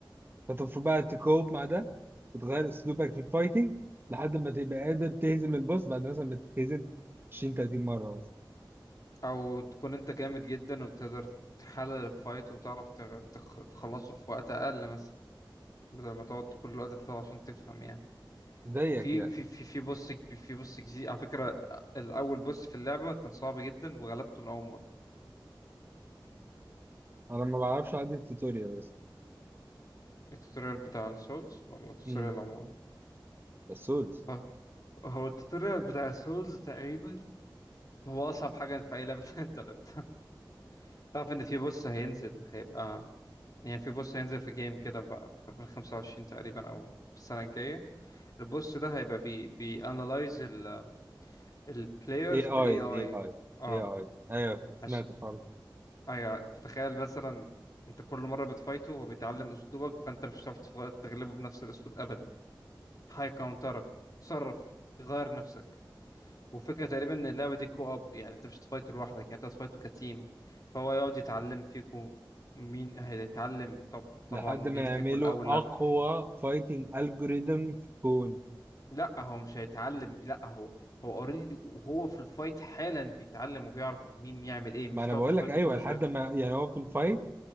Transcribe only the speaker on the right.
فانت المفروض بقى تكوب مع ده وتغير اسلوبك في الفايتنج لحد ما تبقى قادر تهزم البوس بعد مثلا ما تتهزم 20 30 مره مثلا
زيك
يعني
انا ما بعرفش اعدي التوتوريال بس
امم
السولز
اي اي
اي اي
اي اي ايوه سمعت
الحوار
لحد
ما يعملوا
اقوى فايتنج الجوريزم في الكون
ما انا
بقول
لك ايوه
لحد
ما يعني هو في الفايت